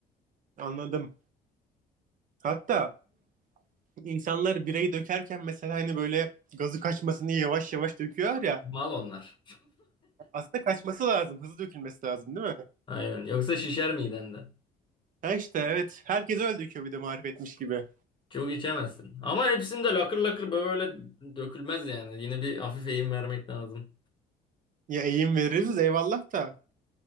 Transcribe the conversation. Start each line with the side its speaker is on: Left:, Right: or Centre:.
Right: Anladım. Hatta insanlar bireyi dökerken mesela hani böyle gazı kaçmasın diye yavaş yavaş döküyor ya.
Left: Mal onlar.
Right: Aslında kaçması lazım. Hızlı dökülmesi lazım değil mi?
Left: Aynen. Yoksa şişer miden de.
Right: Ha işte evet. Herkes öyle döküyor bir de marifetmiş gibi.
Left: Çok içemezsin. Ama hepsinde lakır lakır böyle dökülmez yani. Yine bir hafif eğim vermek lazım.
Right: Ya eğim veririz eyvallah da.